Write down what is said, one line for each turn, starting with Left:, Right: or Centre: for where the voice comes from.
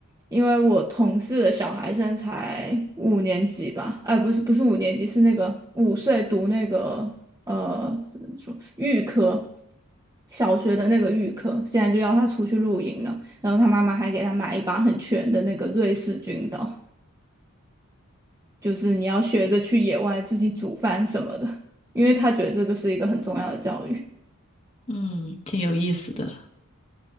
Right: 因为我同事的小孩现在才五年级吧，哎，不是不是五年级，是那个五岁读那个呃怎么说预科，小学的那个预科，现在就要他出去露营了，然后他妈妈还给他买一把很全的那个瑞士军刀，就是你要学着去野外自己煮饭什么的，因为他觉得这个是一个很重要的教育，
Left: 嗯，挺有意思的。